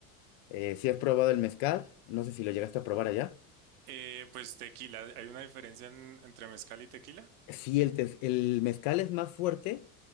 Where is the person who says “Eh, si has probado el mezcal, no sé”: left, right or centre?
Left